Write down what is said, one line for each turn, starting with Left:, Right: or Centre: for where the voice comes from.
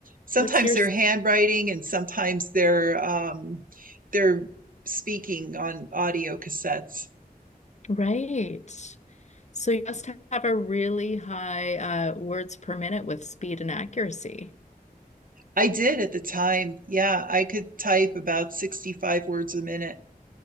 Right: sometimes
Left: what's your
Right: their
Left: s-
Right: handwriting and sometimes their um, their speaking on audio cassettes.
Left: right? So you must have a really high uh words per minute with speed and accuracy.
Right: I did at the time. Yeah, I could type about 65 words a minute.